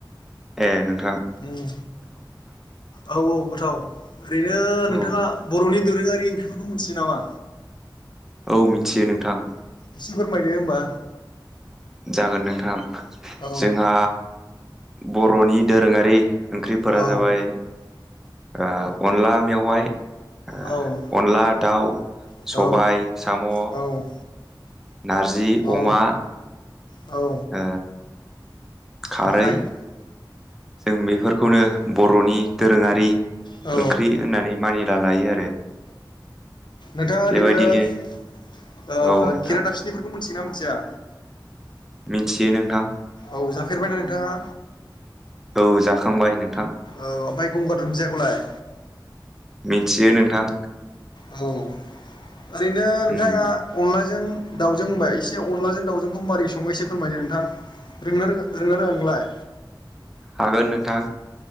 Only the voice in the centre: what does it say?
ए नों।
औ
औ मिथियो नोंथां।
जागोन नोंथां
जोंहा बर'नि दोरोङारि ओंख्रिफोरा
जाबाय ओ अनला मेवाइ। ओ
अनला दाउ
सबाय साम'।
नारजि
अमा।
ओ। खारै
जों बेफोरखौनो बर'नि दोरोङारि
ओंख्रि होननानै मानिना लायो आरो।
बेबायदिनो
औ नोंथां
मिथियो नोंथां।
औ जाखांबाय नों।
मिथियो नोंथां।
उम
हागोन नोंथां।